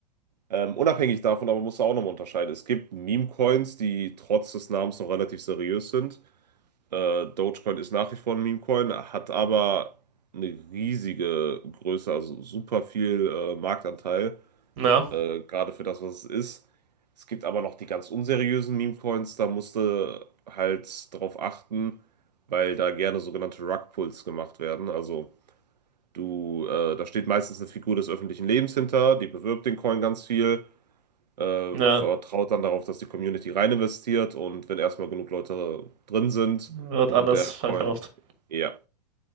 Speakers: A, on the right; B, on the right.
A: Ähm, unabhängig davon aber musst du auch nochmal unterscheiden. Es gibt Meme-Coins, die trotz des Namens noch relativ seriös sind. Äh, Dogecoin ist nach wie vor ein Meme-Coin, hat aber eine riesige Größe, also super viel äh, Marktanteil.
B: Ja?
A: äh, gerade für das, was es ist. Es gibt aber noch die ganz unseriösen Meme-Coins, da musste halt drauf achten, weil da gerne sogenannte Rug-Pulls gemacht werden. Also du, äh, da steht meistens eine Figur des öffentlichen Lebens hinter, die bewirbt den Coin ganz viel, äh,
B: Ja,
A: vertraut dann darauf, dass die Community rein investiert und wenn erstmal genug Leute drin sind
B: wird
A: und
B: alles
A: der
B: verkauft.
A: Coin, ja.